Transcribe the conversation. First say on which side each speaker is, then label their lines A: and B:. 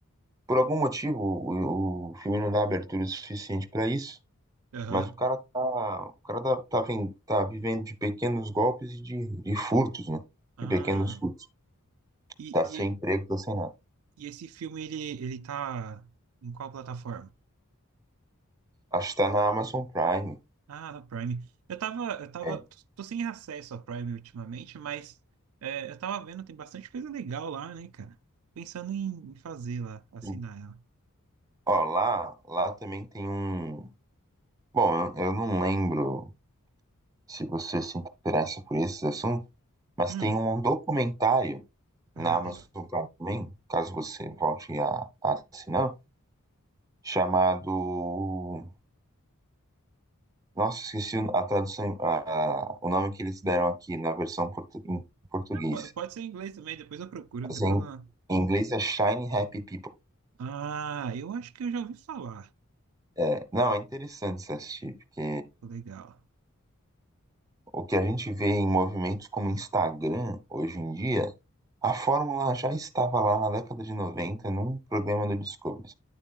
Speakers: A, on the right; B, on the right.
A: por algum motivo o, o filme não dá abertura suficiente para isso,
B: aham.
A: mas o cara tá, o cara tá, tá, ven- tá vivendo de pequenos golpes e de, de furtos, né?
B: Ah,
A: De pequenos furtos.
B: e,
A: Tá
B: e,
A: sem emprego, tá sem nada.
B: e esse filme, ele, ele tá em qual plataforma?
A: Acho que tá na Amazon Prime.
B: Ah, na Prime. Eu tava, eu tava,
A: É.
B: tô, tô sem acesso à Prime ultimamente, mas é, eu tava vendo, tem bastante coisa legal lá, né, cara? Pensando em, em fazer lá, assinar
A: Sim.
B: ela.
A: Ó, lá, lá também tem um. Bom, eu eu não lembro se você se interessa por esses assuntos, mas
B: Hum,
A: tem um documentário
B: ah,
A: na Amazon
B: legal.
A: Prime também, caso você volte a, a assinar, chamado. Nossa, esqueci o- a tradução, a- o nome que eles deram aqui na versão portu- em português.
B: Ah, po- pode ser em inglês também, depois eu procuro,
A: Mas
B: não tem
A: em,
B: problema.
A: em inglês é Shiny Happy People.
B: Ah, eu acho que eu já ouvi falar.
A: É, não, é interessante você assistir, porque
B: Pô, Legal.
A: o que a gente vê em movimentos como Instagram hoje em dia, a fórmula já estava lá na década de 90 num programa do Discovery.